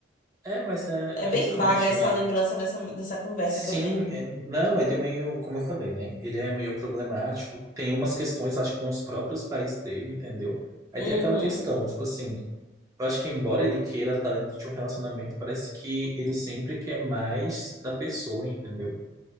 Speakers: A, on the right; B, on the left.
A: É, mas é,
B: É
A: é
B: bem
A: justamente.
B: vaga essa lembrança dessa, dessa conversa
A: Sim,
B: que eu tenho.
A: é- não, ele é meio, como eu falei, né? Ele é meio problemático. Tem umas questões, acho que com os próprios pais dele, entendeu? Aí
B: Uhum.
A: tem aquela questão, tipo assim, eu acho que embora ele queira estar dentro de um relacionamento, parece que ele sempre quer mais da pessoa, entendeu?